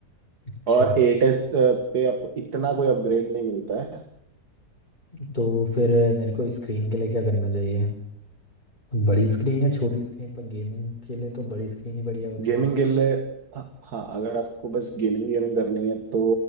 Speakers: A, on the left (about 25°); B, on the right (about 70°).
A: अच्छा
B: और एट एस पे आपको इतना कोई अपग्रेड नहीं मिलता है
A: तो फिर मेरे को स्क्रीन के लिए क्या करना चाहिए अ, बड़ी स्क्रीन या छोटी स्क्रीन पर गेमिंग के लिए तो बड़ी स्क्रीन ही बढ़िया होती
B: गेमिंग
A: है
B: के लिए हाँ हाँ, अगर आपको बस गेमिंग गेमिंग करनी है तो